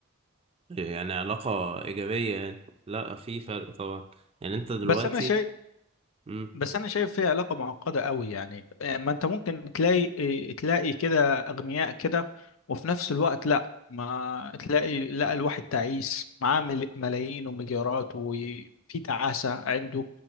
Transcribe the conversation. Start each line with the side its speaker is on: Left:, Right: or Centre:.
Right: يعني علاقة ايجابية يعني لا في فرق طبعا يعني انت دلوقتي
Left: بس انا شيء
Right: امم
Left: بس انا شايف فيها علاقه معقده قوي يعني آه، ما انت ممكن تلاقي آه، تلاقي كده اغنياء كده وفي نفس الوقت لا ما تلاقي لا الواحد تعيس معاه مل- ملايين ومليارات وفي تعاسه عنده